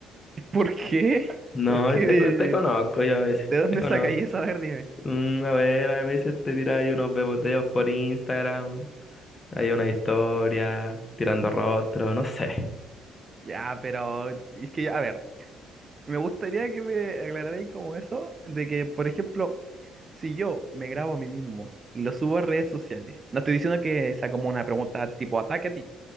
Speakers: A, on the right; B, on the left.
A: <laughs> ¿Por qué?
B: No,
A: ¿Por qué?
B: te,
A: ¿De,
B: co- te conozco yo a veces,
A: de dónde
B: te conozco.
A: sacáis eso? A ver, dime.
B: Mm, a ver, a veces te tiráis unos beboteos por Instagram, hay una historia, tirando rostro, no sé.
A: Ya, pero es que, a ver, me gustaría que me aclararais como eso, de que, por ejemplo, si yo me grabo a mí mismo y lo subo a redes sociales, no estoy diciendo que sea como una pregunta tipo ataque a ti,